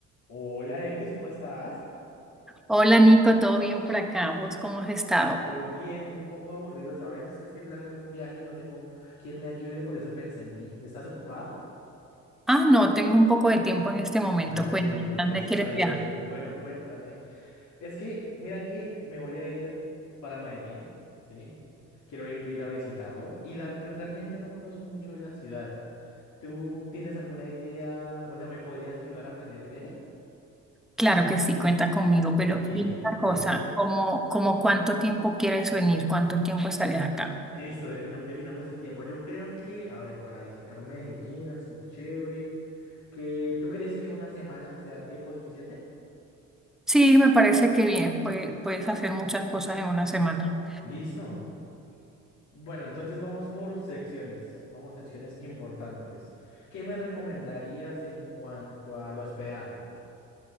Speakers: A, on the left (about 70°); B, in the centre.
A: Hola, Eglis, ¿cómo estás?
B: Hola Nico, ¿todo bien por acá? ¿Vos cómo has estado?
A: Yo bien, un poco aburrido, ¿sabes? Es que estoy planeando un viaje y no tengo quien me ayude, por eso pensé en ti. ¿Estás ocupada?
B: Ah, no, tengo un poco de tiempo en este momento.
A: Ay,
B: Cuéntame,
A: gracias
B: ¿dónde quieres
A: a Dios.
B: viajar?
A: Bueno, cuéntame. Es que, mira que me voy a ir para Medellín, ¿sí? Quiero ir, ir a visitarlo y la, realmente no conozco mucho de la ciudad. ¿Tú tienes alguna idea? O sea, ¿me podrías ayudar a planear el viaje?
B: Claro que sí, cuenta conmigo,
A: ¡Hey,
B: pero dime una cosa,
A: qué,
B: ¿cómo, cómo cuánto tiempo quieres venir? ¿Cuánto tiempo estarías acá?
A: Listo, defina- definamos el tiempo. Yo creo que, a ver, para visitar Medellín, así chévere, que ¿tú crees que una semana sea tiempo suficiente?
B: Sí, me parece que bien, pues, puedes hacer muchas cosas en una semana.
A: Listo. Bueno, entonces vamos por secciones, vamos secciones importantes. ¿Qué me recomendarías en cuanto al hospedaje?